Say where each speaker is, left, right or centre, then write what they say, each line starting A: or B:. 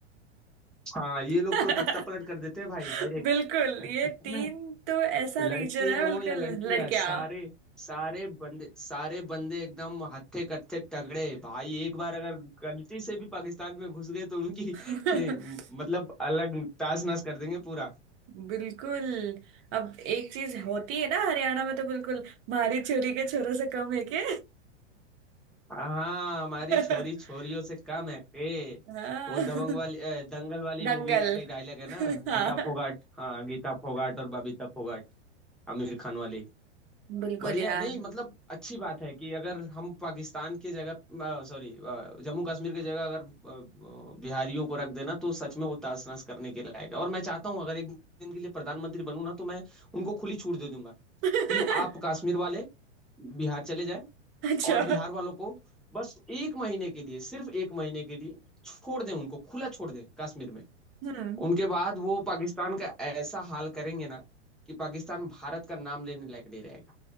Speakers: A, in the centre; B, on the right.
A: हाँ ये लोग
B: <laughs>
A: तो तख्ता पलट कर देते हैं भाई डायरेक्ट
B: बिल्कुल ये तीन
A: <laughs>
B: तो ऐसा
A: लड़के
B: रीजन
A: हो
B: है बिल्कुल
A: या लड़कियां
B: लड़कियां
A: सारे सारे बंदे सारे बंदे एकदम हत्थे कत्थे तगड़े भाई एक बार अगर गलती से भी पाकिस्तान में घुस गए तो उनकी <laughs>
B: <laughs>
A: मतलब अलग ताश नश कर देंगे पूरा
B: बिल्कुल अब एक चीज होती है ना हरियाणा में तो बिल्कुल मारी छोरी के छोरों से कम है के
A: हाँ हमारी
B: <laughs>
A: छोरी छोरियों से कम है ए
B: हाँ
A: वो दबंग वाली अ, दंगल वाली
B: दंगल
A: मूवी की डायलॉग है
B: <laughs>
A: ना
B: हाँ
A: गीता फोगाट हाँ गीता फोगाट और बबीता फोगाट आमिर खान वाली
B: बिल्कुल
A: बढ़िया
B: यार
A: है नहीं मतलब अच्छी बात है कि अगर हम पाकिस्तान की जगह सॉरी जम्मू कश्मीर की जगह अगर अ, बिहारियों को रख देना तो सच में वो तासनस करने के लायक है और मैं चाहता हूँ अगर एक दिन के लिए प्रधानमंत्री बनूं ना तो मैं उनको खुली छूट दे दूंगा
B: <laughs>
A: कि आप कश्मीर वाले बिहार चले जाए
B: अच्छा
A: और बिहार वालों को बस एक महीने के लिए सिर्फ एक महीने के लिए छोड़ दें उनको खुला छोड़ दें कश्मीर में
B: हम्म
A: उनके बाद वो पाकिस्तान का ऐसा हाल करेंगे ना कि पाकिस्तान भारत का नाम लेने लायक नहीं रहेगा